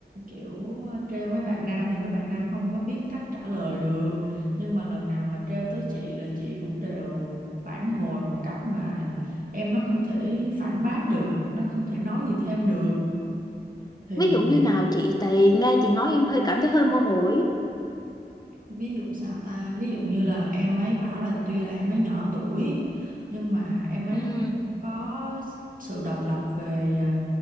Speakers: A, on the right (about 50°); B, on the left (about 20°).
A: kiểu ờ, trêu mấy bạn nam thì mấy bạn nam không có biết cách trả lời được nhưng mà lần nào mà trêu tới chị là chị cũng đều phản hồi một cách mà em nó không thể phản bác được hoặc nó không thể nói gì thêm được thì
B: Ví dụ như nào chị tại nghe chị nói em hơi cảm thấy hơi mơ hồ ý.
A: ví dụ sao ta ví dụ như là em ấy bảo là tuy là em ấy nhỏ tuổi nhưng mà em ấy
B: Ừ,
A: cũng có sự độc lập về à,